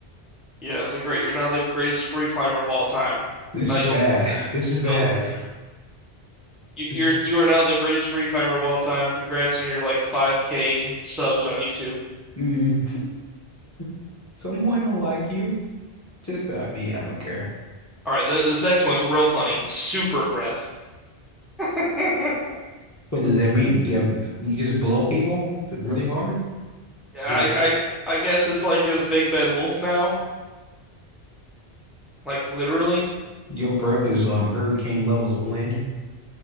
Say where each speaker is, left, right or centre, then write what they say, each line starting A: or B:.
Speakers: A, in the centre; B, on the left (about 15°).
A: Yeah, it's like great. You're now the greatest free climber of all time.
B: This
A: Now
B: is
A: you'll
B: bad. This is bad.
A: you'll You,
B: This
A: you're you are now the greatest free climber of all time. Congrats on your like 5K subs on YouTube.
B: mm. <laughs> Someone will like you, just not me. I don't care.
A: All right, th this next one's real funny. Super breath. <laughs> I,
B: What does that mean? You have, you just blow people really hard?
A: I
B: Is that
A: I guess it's like you're the big bad wolf now. Like literally.
B: Your breath is um hurricane levels of wind.